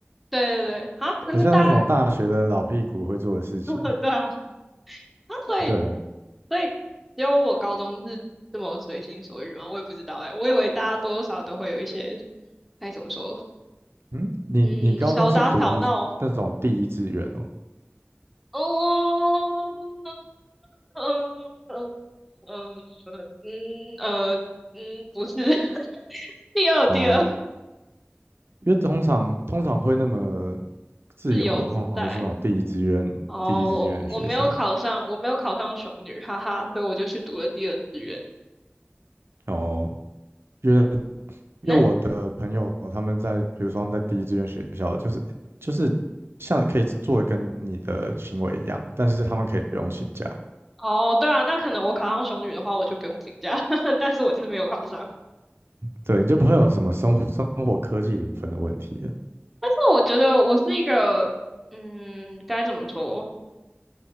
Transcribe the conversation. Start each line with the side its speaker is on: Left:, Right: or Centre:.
Centre: 对对对，啊，可是大家，
Right: 很像那种大学的老屁股会做的事情。
Centre: <laughs> 对啊，啊，所以
Right: 对啊，
Centre: 所以只有我高中是这么随心所欲吗？我也不知道哎、我以为大家多多少少都会有一些该怎么说，
Right: 嗯，你你高中是读那种第一志愿哦？
Centre: 嗯，小打小闹，哦，嗯嗯嗯嗯呃嗯，不是，<laughs> 第二第二
Right: 哦，因为通常通常会那么自由的通常都是那种第一志愿第一志愿的学校。
Centre: 自由自在。哦，我我没有考上，我没有考上雄女，哈哈，所以我就去读了第二志愿。
Right: 哦，因为因为我的朋友他们在，
Centre: 嗯
Right: 比如说他们在第一志愿学校，就是就是像可以做的跟你的行为一样，但是他们可以不用请假，
Centre: 哦，对啊，那可能我考上雄女的话，我就不用请假，<laughs> 但是我就是没有考上。
Right: 对，你就不会有什么生活生活科技零分的问题了。
Centre: 但是我觉得我是一个，嗯，该怎么说？